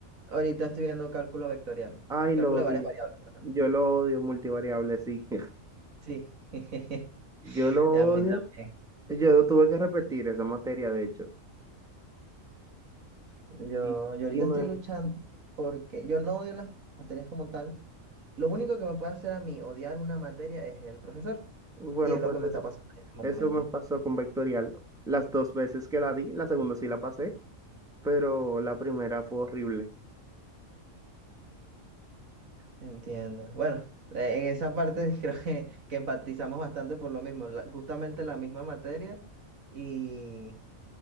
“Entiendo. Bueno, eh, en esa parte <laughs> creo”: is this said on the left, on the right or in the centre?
Right